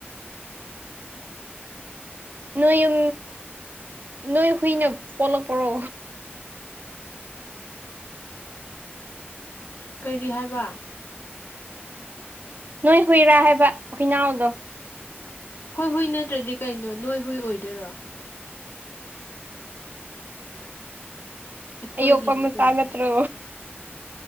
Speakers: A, on the right (about 45°); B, on the left (about 60°).
A: ꯅꯣꯏ ꯎ ꯅꯣꯏ ꯍꯨꯏꯅ ꯄꯣꯂꯛ ꯄꯔꯣ
B: ꯀꯔꯤ ꯍꯥꯏꯕ
A: ꯅꯣꯏ ꯍꯨꯏꯔꯥ ꯍꯥꯏꯕ ꯍꯨꯏꯅꯥꯎꯗꯣ
B: ꯍꯣꯏ ꯍꯨꯏ ꯅꯠꯇ꯭ꯔꯗꯤ ꯀꯩꯅꯣ ꯅꯣꯏ ꯍꯨꯏ ꯑꯣꯏꯗꯣꯏꯔꯣ ꯑꯩꯈꯣꯏꯒꯤꯅꯤ
A: ꯑꯣꯄ ꯃꯁꯥꯠꯇ꯭ꯔꯣ
B: ꯀꯩꯅꯣ